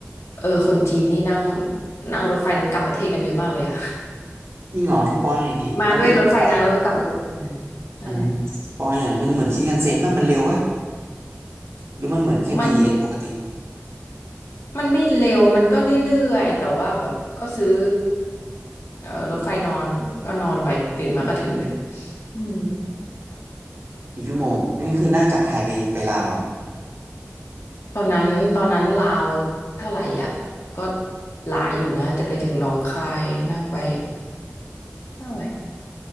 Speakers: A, on the left; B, on the right.
A: เออคนจีนนี่นั่งนั่งรถไฟนั้นกลับประเทศกันเยอะมากเลยอะ
B: อีกเหรอสปอยหน่อยดิมันเป็นรถไฟ
A: <laughs> มาด้วยรถไฟนั้นแล้วก็กลับรถไฟนั้นใช่
B: อ่าสปอยหน่อยมันเหมือนชินคันเซ็นป่ะมันเร็วป่ะหรือมันเหมือนแค่
A: มัน
B: BTS ปกติ
A: มันไม่เร็วมันก็เรื่อยๆแต่ว่าแบบก็ซื้อเออรถไฟนอนก็นอนไปตื่นมาก็ถึงเลยอืม
B: กี่ชั่วโมงนี่คือนั่งจากไทยไปไปลาวเหรอ
A: ตอนนั้นตอนนั้นลาวเท่าไหร่อ่ะก็หลายอยู่นะจะไปถึงหนองคายนั่งไปเท่าไหร่